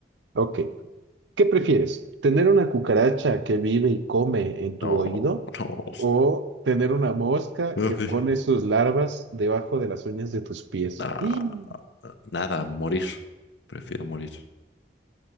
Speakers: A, on the right; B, on the left.
A: Ok. ¿Qué prefieres? ¿Tener una cucaracha que vive y come en tu
B: No,
A: oído
B: no.
A: o tener una mosca
B: <laughs> Ay,
A: que pone sus larvas debajo de las uñas de tus pies?
B: nah,
A: ¡Y!
B: nada, morir. Prefiero morir.